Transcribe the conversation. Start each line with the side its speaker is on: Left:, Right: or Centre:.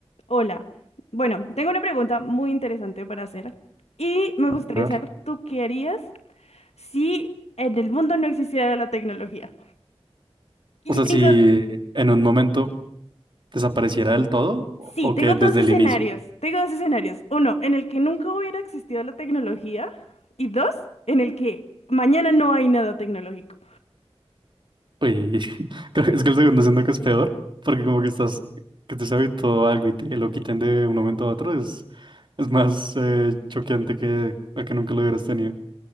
Left: Hola. Bueno, tengo una pregunta muy interesante para hacer y me gustaría
Right: A ver.
Left: saber, ¿tú qué harías si en el mundo no existiera la tecnología? Y
Right: O sea,
Left: tengo,
Right: si en un momento desapareciera del todo o,
Left: sí,
Right: o
Left: tengo
Right: que desde
Left: dos escenarios.
Right: el inicio.
Left: Tengo dos escenarios. Uno, en el que nunca hubiera existido la tecnología y dos, en el que mañana no hay nada tecnológico.
Right: Uy, <laughs> creo que es que el segundo siento que es peor, porque como que estás, que te has habituado a algo y te lo quiten de un momento a otro, es, es más eh, choqueante que a que nunca lo hubieras tenido.